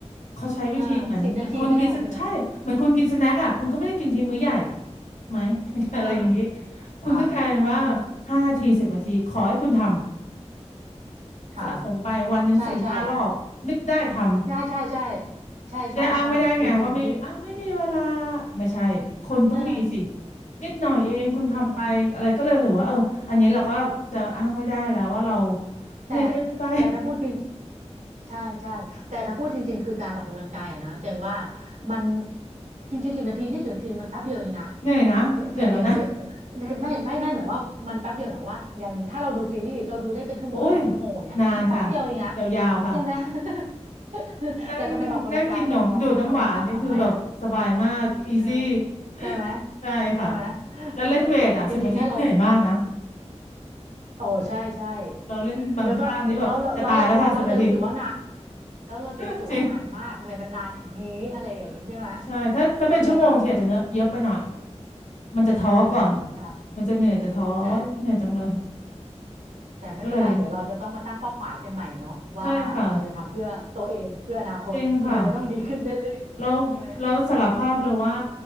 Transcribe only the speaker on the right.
อ่าสิบนาทีก็ได้ใช่ไหมคะ
อ่า
ค่ะอ่า
ค่ะ
ใช่ใช่ใช่ใช่ใช่ใช่ใช่ใช่จริงจริงจริง
เออ
อืมแ
ต่แต่ถ้าพูดจริงใช่ใช่แต่ถ้าพูดจริงๆคือการออกกำลังกายอะนะเจงว่ามันจริงๆสิบนาทียี่สิบนาทีมันแป๊บเดียวเองนะ
ไม่เธอเห็นไหมไม่ไม่ไม่ไม่หมายว่ามันแป๊บเดียวหมายความว่าอย่างถ้าเราดูซีรีส์เราดูได้เป็นชั่วโมงสองชั่วโมงอย่างเงี้ยมันแป๊บเดียวเองนะ
ใช่ไหม <laughs>
แต่ทำไมออกกำลังกายเราเราเราไม่สามารถทำไม่
เออ
ใช่ไหม
ใช่ไหม
อืมจริงๆถ้าเราโอ้ใช่ใช่
แล้วก็เราเราเราเราเราเราจะรู้สึกว่านาแล้วเราจะรู้สึกว่านานมากทำไมมันนานอย่างนี้อะไรอย่างนี้ใช่ไหม
เออ
เออใช่
แต่แต่ไม่เป็นไรเดี๋ยวเราจะต้องมาตั้งเป้าหมายกันใหม่เนาะว่าเราจะทำเพื่อตัวเองเพื่ออนาคตเราจะต้องดีขึ้นเรื่อยๆใช่ไหม